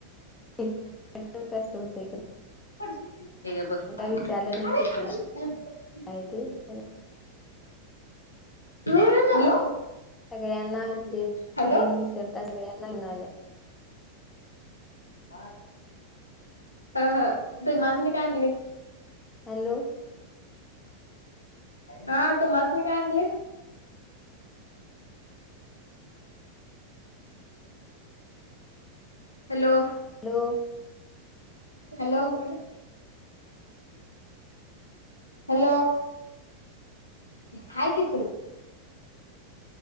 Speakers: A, on the left; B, on the left.
A: <unintelligible> कस होतय इकड
B: पडशील की. ए गप्प गं.
A: विचारलं नाही
B: अरे
A: कितीला
B: अरे अरे.
A: आहे ते
B: हॅलो.
A: सगळ्यांना म्हणजे
B: हॅलो
A: बिन विसरता सगळ्यांना घेऊन आल्या.
B: हाड. ह ह तुम्हासनी काय आणली?
A: हॅलो.
B: हा तुम्हासनी काय आणलीस? Hello.
A: Hello.
B: Hello. Hello. Hi की सुरू.